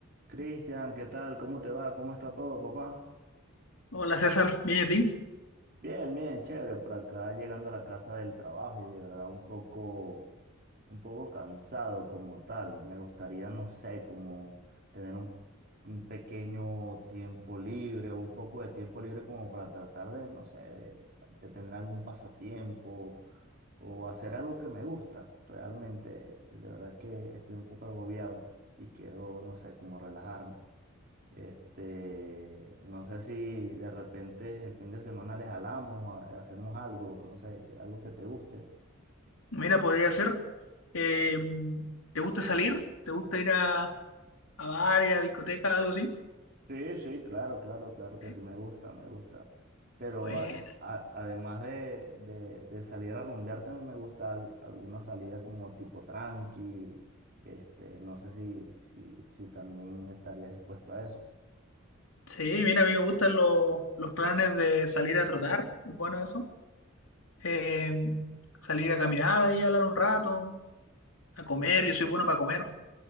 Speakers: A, on the right (about 50°); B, on the left (about 90°).
A: Cristian, ¿qué tal? ¿Cómo te va? ¿Cómo está todo, papá?
B: Hola César, bien y a ti.
A: Bien, bien, chévere. Por acá llegando a la casa del trabajo y de verdad un poco, un poco cansado como tal. Me gustaría, no sé, como tener un, un pequeño tiempo libre o un poco de tiempo libre como para tratar de, no sé, de, de tener algún pasatiempo o hacer algo que me gusta. Realmente, de verdad que estoy un poco agobiado y quiero, no sé, como relajarme. Este, no sé si de repente el fin de semana les jalamos, a- hacemos algo, no sé, algo que te guste.
B: Mira, podría ser. eh, ¿te gusta salir? ¿Te gusta ir a, a bares, a discotecas, algo así?
A: Sí, sí, claro, claro, claro que
B: ¿Eh?
A: sí, me gusta, me gusta. Pero
B: Bueno.
A: ade- a- además de, de- de salir a rumbear, también me gusta al- alguna salida como tipo tranqui. Este, no sé si, si, si también estarías dispuesto a eso.
B: Sí, mira, a mí me gustan los, los planes de salir a trotar, es bueno eso. Eh, salir a caminar ahí, hablar un rato, a comer, yo soy bueno para comer.